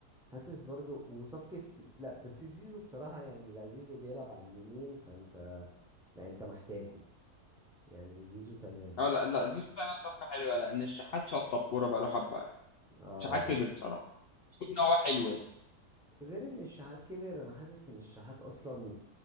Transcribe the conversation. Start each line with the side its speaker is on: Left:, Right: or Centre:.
Centre: حاسس برضو وصفقة لا بس زيزو بصراحة يعني لا زيزو بيلعب على اليمين فانت لا انت محتاجه يعني زيزو تمام
Left: اه لا لا زيزو فعلا صفقة حلوة لأن الشحات شطب كورة بقاله حبة يعني
Centre: اه
Left: الشحات
Centre: يعني
Left: كبر بصراحة كل إن هو حلو يعني
Centre: غير ان الشحات كبر انا حاسس ان الشحات اصلا